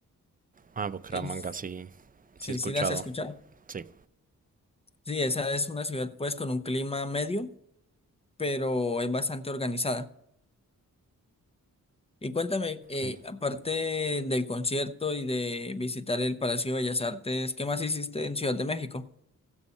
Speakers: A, on the right (about 25°); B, on the left (about 20°).
A: Ah, Bucaramanga,
B: Es-
A: sí,
B: sí,
A: sí he escuchado,
B: sí las he escuchado.
A: sí.
B: Sí, esa es una ciudad pues con un clima medio, pero es bastante organizada. Y cuéntame, eh,
A: Ay,
B: aparte del concierto y de visitar el Palacio de Bellas Artes, ¿qué más hiciste en Ciudad de México?